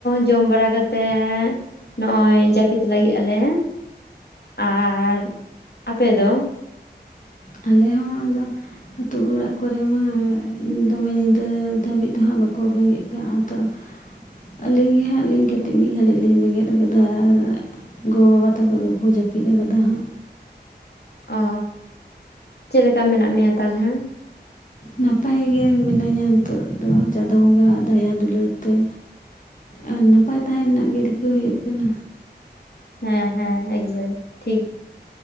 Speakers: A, on the left; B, on the left.
A: ᱡᱚᱢ ᱵᱟᱲᱟ ᱠᱟᱛᱮᱜ ᱱᱚᱜᱼᱚᱭ ᱡᱟᱯᱤᱫ ᱞᱟᱜᱤᱫ ᱟᱞᱮ ᱟᱨ ᱟᱯᱮ ᱫᱚ
B: ᱟᱞᱮ ᱦᱚᱸ ᱟᱫᱚ ᱟᱹᱛᱩ ᱚᱲᱟᱜ ᱠᱚᱨᱮ ᱢᱟ ᱫᱚᱢᱮ ᱧᱤᱫᱟᱹ ᱫᱷᱟᱹᱵᱤᱡ ᱫᱚ ᱦᱟᱸᱜ ᱵᱟᱠᱚ ᱵᱮᱸᱜᱮᱫ ᱠᱟᱜ-ᱟ ᱫᱚ ᱟᱞᱤᱧ ᱜᱮ ᱦᱟᱸᱜ ᱞᱤᱧ ᱠᱟᱹᱴᱤᱡ ᱢᱤᱫ ᱜᱷᱟᱹᱲᱤᱡ ᱞᱤᱧ ᱵᱮᱸᱜᱮᱫ ᱵᱮᱱᱜᱮᱫ ᱟ‌ ᱟᱨ ᱜᱚ-ᱵᱟᱵᱟ ᱛᱟᱠᱚ ᱫᱚᱠᱚ ᱡᱟᱹᱯᱤᱫ ᱟᱠᱟᱫᱟ ᱦᱟᱸᱜ
A: ᱚ ᱪᱮᱜ ᱞᱮᱠᱟ ᱢᱮᱱᱟᱜ ᱢᱮᱭᱟ ᱛᱟᱞᱦᱮ
B: ᱱᱟᱯᱟᱭ ᱜᱮ ᱢᱤᱱᱟᱹᱧᱟ ᱱᱤᱛᱚᱜ ᱫᱚ ᱪᱟᱸᱫᱚ ᱵᱚᱸᱜᱟ-ᱟᱜ ᱫᱟᱭᱟ ᱫᱩᱞᱟᱹᱲ ᱛᱮ ᱟᱨ ᱱᱟᱯᱟᱭ ᱛᱟᱦᱮᱱ ᱨᱮᱱᱟᱜ ᱜᱮ ᱨᱤᱠᱟᱹ ᱦᱩᱭᱩᱜ ᱠᱟᱱᱟ
A: ᱦᱮᱸ ᱦᱮᱸ ᱮᱠᱵᱟᱨᱮ ᱴᱷᱤᱠ